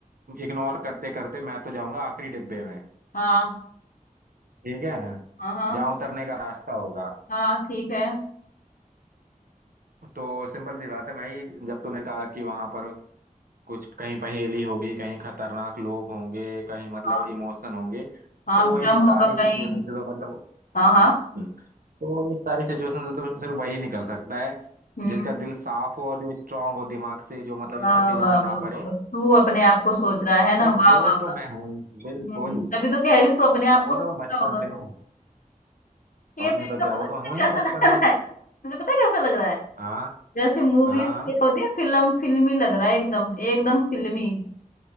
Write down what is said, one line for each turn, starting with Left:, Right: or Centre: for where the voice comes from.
Right: इग्नोर करते करते मैं तो जाऊंगा आखिरी डिब्बे में
Left: हाँ
Right: ठीक है
Left: हाँ हाँ
Right: जहाँ उतरने का रास्ता होगा
Left: हाँ ठीक है
Right: तो सिंपल सी बात है भाई जब तूने कहा कि वहां पर कुछ कहीं पहेली होगी कहीं खतरनाक लोग होंगे कहीं मतलब
Left: हाँ
Right: इमोशन होंगे
Left: हाँ
Right: तो
Left: भ्रम
Right: इस सारी
Left: होगा
Right: सिचुएशन
Left: कहीं
Right: से तो मतलब
Left: हाँ हाँ
Right: हम्म, तो इस सारी सिचुएशन से तो सिर्फ वही निकल सकता है
Left: हम्म
Right: जिसका दिल साफ हो और जो स्ट्रांग हो दिमाग से जो मतलब
Left: वाह
Right: इन सब चीजों
Left: वाह
Right: में ना
Left: वाह वाह।
Right: पड़े
Left: तू अपने आप को सोच रहा है ना
Right: तो
Left: वाह
Right: वो
Left: वाह वाह
Right: तो मैं हूँ ही बिल्कुल
Left: हम्म, तभी तो कह रही हूँ तू अपने आप
Right: वो
Left: को सोच
Right: तो मैं बचपन
Left: रहा होगा
Right: से हूँ
Left: ये
Right: और
Left: तो
Right: नहीं
Left: एकदम
Right: तो क्या
Left: पता
Right: वो
Left: है
Right: तो हूँ ही
Left: कैसा
Right: मैं बचपन
Left: लग रहा
Right: से
Left: है तुझे पता है कैसा लग रहा है
Right: हाँ
Left: जैसे मूवीज
Right: हाँ
Left: होती है फिल्म फिल्मी लग रहा है एकदम एकदम फिल्मी